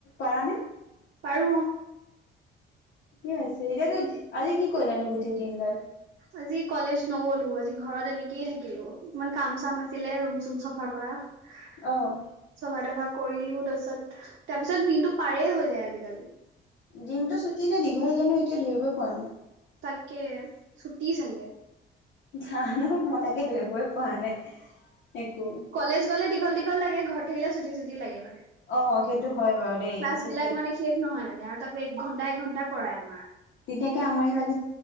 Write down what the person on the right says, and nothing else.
পাৰো
আজি কলেজ নগলো আজি ঘৰত এনেকয়ে থাকিলো অকমান কাম চাম আছিলে ৰুম চোম চাফা কৰা <unintelligible>
কৰিলো তাৰপিছত তাৰ পিছত দিনটো পাৰে হৈ যায় আজিকালি
তাকে চুটি চাগে
কলেজ গলে দীঘল দীঘল লাগে ঘৰত থাকিল চুটি চুটি লাগে মানে
ক্লাছ
বিলাক
মানে শেষ নহয় মানে আৰু তাকো একঘণ্টা এঘণ্টা কৰাই আমাৰ